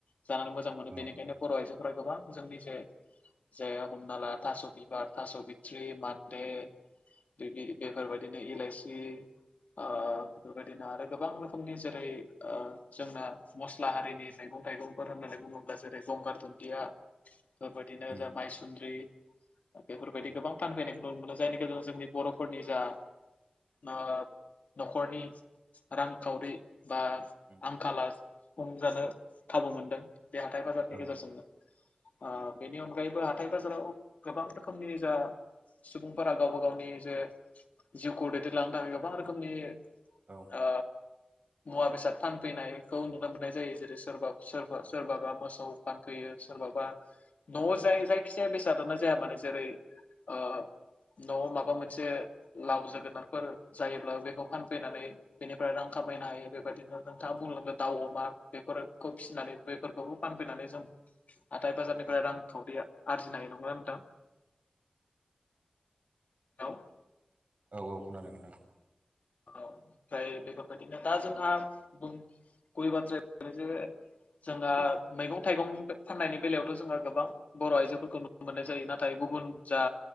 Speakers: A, on the left (about 80°); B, on the right (about 70°).
A: जानानै मोजां मोनो
B: औ
A: बेनिखायनो बर' आइजोफोरा गोबां जोंनि जे जे हमनाला थास' बिबार थास' बिथ्रि मान्दे दैहि बेफोरबायदिनो इलाइसि ओ बेफोरबायदिनो आरो गोबां रोखोमनि जेरै ओ जोंना मस्ला हारिनि मैगं थाइगंफोर होननानै बुङोब्ला जेरै गंगार दुुनदिया। फोरबायदिनो
B: उम
A: जाबाय सुन्द्रि बेफोरबायदि
B: उम
A: गोबां फानफैनायखौ नुनो मोनो जायनि गेजेरजों जोंनि बर'फोरनि जा ओ न'खरनि रांखावरि बा
B: उम
A: आंखाला सुफुंजानो खाबु मोनदों। बे हाथाय बाजारनि
B: औ
A: गेजेरजोंनो। ओ बेनि अनगायैबो हाथाय बाजाराव गोबां रोखोमनि जा सुबुंफोरा गावबा गावनि जे जिउखौ दैदेनलांनो थाखाय गोबां रोखोमनि
B: औ।
A: ओ मुवा बेसाद फानफैनायखौ नुनो मोननाय जायो। जेरै सोरबा सोरबा
B: उम
A: सोरबाबा मोसौ फानफैयो सोरबाबा न'आव जाय जायखि जाया बेसादानो जाया मानो जेरै ओ न'आव माबा मोनसे लाव जोगोनारफोर जायोब्ला बेखौ फानफैनानै बेनिफ्राय रां खामायनो हायो बेबादिनो नोंथाङा बुंनांगो दाउ अमा बेफोर खौ फिसिनानै बेफोरखौबो फानफैनानै जों हाथाय बाजारनिफ्राय रां खावरिया आरजिनो हायो। नंगौना नोंथां? हेलौ
B: औ औ खोनादों नोंथां।
A: औ ओमफ्राय बेफोरबायदिनो दा जोंहा बुं गुबै बाथ्राया <unintelligible> जोंहा मैगं थाइगं फाननायनि बेलायावथ' जोंहा गोबां बर' आइजोफोरखौ नुनो मोननाय जायो नाथाय गुबुन जा